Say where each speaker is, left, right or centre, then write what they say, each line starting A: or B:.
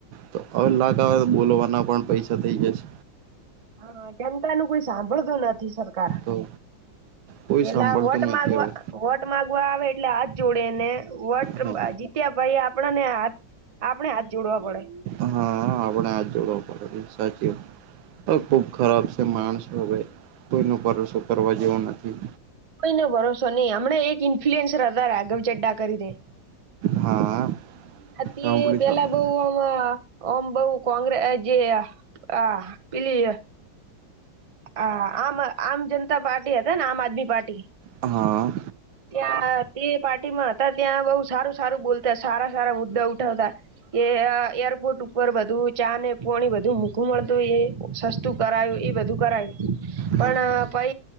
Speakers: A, on the right; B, on the right.
A: તો હવે લાગ આવે તો બોલવાના પણ પૈસા થઈ જશે.
B: હા જનતા નું કોઈ સાંભળતું નથી સર કાર
A: તો કોઈ
B: પેલા
A: સાંભળતું
B: વોટ માગવા
A: નથી હવે
B: વોટ માંગવા આવે એટલે હાથ જોડે ને વોટ
A: હા
B: જીત્યા પહિ આપડ ને હાથ આપણે હાથ જોડવા પડે
A: હા આપડે હાથ જોડવા પડે સાચી ખુબ ખરાબ છે માણસો હવે કોઈનો ભરોસો કરવા જેવો નથી.
B: કોઈનો ભરોસો નહી હમણા એક ઇન્ફ્લુઅન્સર હતા રાઘવ ચડ્ડા કરીને
A: હા
B: <unintelligible>
A: સાંભળી
B: પેલા
A: સાંભળી
B: બો હો ઓમ બો કોંગ્રે જે આ પેલી હા આમ આમ જનતા પાર્ટી હતા ને આમ આદમી પાર્ટી
A: હા
B: ત્યાં તે પાર્ટી માં હતા ત્યાં બહુ સારું સારું બોલતા સારા સારા મુદ્દા ઉઠાવતા એ એરપોર્ટ ઉપર બધું ચા ને પોણી બધું મોંઘું મળતું એ સસ્તું કરાયું બધું કરાય પણ
A: હા
B: પહિ